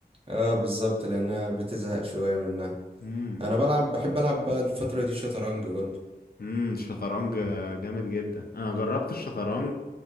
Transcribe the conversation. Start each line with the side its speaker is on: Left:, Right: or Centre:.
Right: آه بالظبط لانها بتزهق شوية منها
Left: امم
Right: انا بلعب بحب العب بقى الفترة دي شطرنج برضو
Left: امم الشطرنج جامد جدا انا جربت الشطرنج